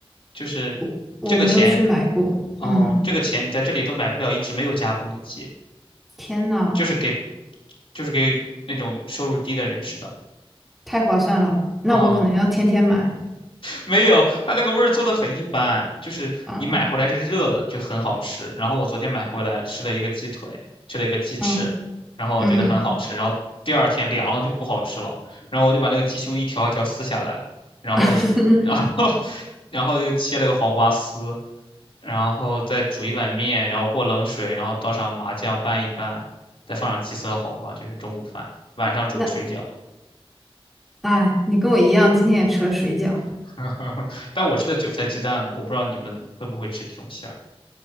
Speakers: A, on the left (about 65°); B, in the centre.
A: 就是这个钱，
B: 我我没有去买过。
A: 哦，
B: 嗯，
A: 这个钱你在这里都买不了一只没有加工的鸡，
B: 天呐，
A: 就是给，就是给那种收入低的人吃的。
B: 太划算了，那我可能要天天买。
A: 嗯、没有，它那个味儿做的很一般，就是你买回来是热的，
B: 嗯
A: 就很好吃。然后我昨天买回来吃了一个鸡腿，吃了一个鸡翅，
B: 嗯
A: 然后觉得很好吃。
B: 嗯。
A: 然后第二天凉了就不好吃了，然后我就把那个鸡胸一条一条撕下来，然后，
B: <laughs>
A: 然后，<laughs> 然后又切了个黄瓜丝，然后再煮一碗面，然后过冷水，然后倒上麻酱拌一拌，再放上鸡丝和黄瓜，这是中午饭。晚上煮的水饺，
B: 那哎，你跟我一样，今天也吃了水饺，
A: <laughs> 但我吃的韭菜鸡蛋呢，我不知道你们会不会吃这种馅儿。